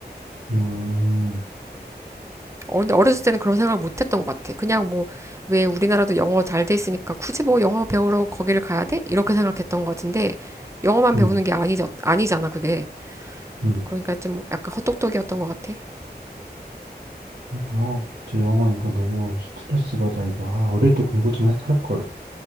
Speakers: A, on the right (about 85°); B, on the right (about 15°).
A: 음,
B: 어, 근데 어렸을 때는 그런 생각을 못 했던 것 같아. 그냥 뭐, 왜 우리나라도 영어 잘 돼 있으니까 굳이 뭐 영어 배우러 거기를 가야 돼? 이렇게 생각했던 것 같은데, 영어만
A: 음,
B: 배우는 게 아니, 아니잖아, 그게.
A: 음.
B: 그러니까 좀 약간 헛똑똑이었던 것 같아.
A: 아, 진짜 영어 이거 너무 스트레스 받아, 이거. 아, 어릴 때 공부 좀 할걸.